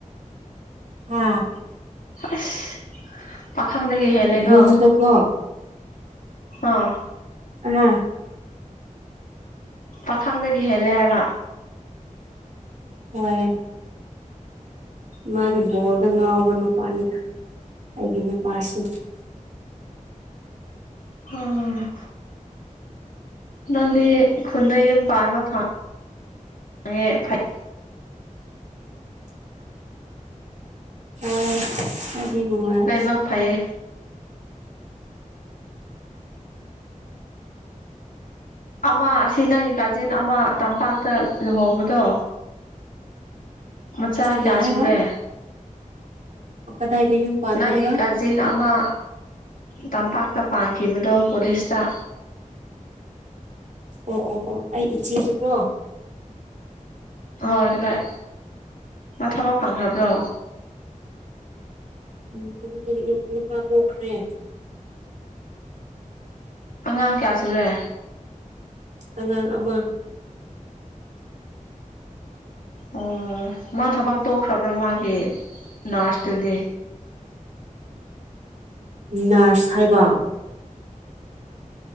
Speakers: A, on the right; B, on the left.
A: ꯑꯥ
B: ꯑꯁ ꯄꯈꯪꯗꯒꯤꯗꯒꯤ ꯍꯦꯜꯂꯦ ꯀꯣ
A: ꯌꯨꯝꯗꯀꯣ
B: ꯑꯥ
A: ꯑ
B: ꯄꯥꯈꯪꯗꯒꯤ ꯍꯦꯜꯂꯦ ꯍꯥꯏꯕ
A: ꯍꯣꯏ ꯃꯥꯗꯤ ꯕꯣꯜꯗ ꯉꯥꯎꯕ ꯅꯨꯄꯥꯅꯤꯗ ꯑꯩꯒꯤ ꯅꯨꯄꯥꯁꯤ
B: ꯑꯥ ꯅꯪꯗꯤ ꯈꯨꯟꯗꯩ ꯌꯨꯝ ꯄꯥꯟꯕ ꯐꯪꯉꯦꯉꯦ ꯐꯩ
A: <inaudible> ꯍꯣꯏ ꯑꯗꯨꯒꯉꯦ
B: ꯂꯥꯏꯕꯛ ꯐꯩꯌꯦ ꯑꯣ ꯑ ꯁꯤ ꯅꯪꯒꯤ ꯒꯥꯔꯖꯤꯦꯟ ꯑꯃ ꯇꯝꯄꯥꯛꯇ ꯂꯨꯍꯣꯡꯕꯗꯣ ꯃꯆꯥ
A: ꯀꯔꯤ
B: ꯀꯌꯥ
A: ꯍꯥꯏꯕ
B: ꯁꯨꯔꯦ
A: ꯀꯗꯥꯏꯗ ꯌꯨꯝ ꯄꯥꯟꯕ
B: ꯅꯪꯒꯤ
A: ꯍꯥꯏꯕ
B: ꯀꯥꯖꯤꯟ ꯑꯃ ꯇꯝꯄꯥꯛꯇ ꯄꯥꯡꯈꯤꯕꯗꯣ ꯀꯣꯂꯤꯁꯇ
A: ꯑꯣ ꯑꯣ ꯑꯣ ꯑꯩ ꯏꯆꯦꯗꯨꯀꯣ
B: ꯍꯣꯏ ꯀꯗꯥꯏ ꯃꯥ ꯊꯕꯛ ꯐꯪꯈ꯭ꯔꯕ꯭ꯔꯣ
A: ꯎꯝ ꯑꯗꯨ ꯅꯨꯄꯥ ꯄꯣꯛꯈ꯭ꯔꯦ
B: ꯑꯉꯥꯡ ꯀꯌꯥ ꯁꯨꯔꯦ
A: ꯑꯅꯥ ꯑꯃ
B: ꯑꯣ ꯃꯥ ꯊꯕꯛ ꯇꯣꯛꯈ꯭ꯔꯕ꯭ꯔꯣ ꯃꯥꯒꯤ ꯅꯔꯁꯇꯨꯗꯤ
A: <inaudible> ꯅꯔꯁ ꯍꯥꯏꯕ